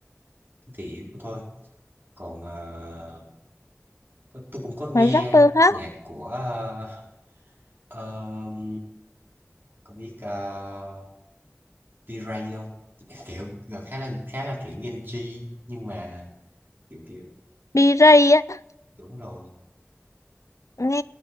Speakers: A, on the right; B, on the left.
A: thị hiếu của tôi còn ờ, có, tôi cũng có nghe
B: Ngoài rapper khác,
A: nhạc của ờ, ờm, có biết uh, V-Ray không <laughs> kiểu rồi khá là khá là kiểu Gen Z nhưng mà kiểu kiểu
B: B-Ray á,
A: đúng rồi
B: nghe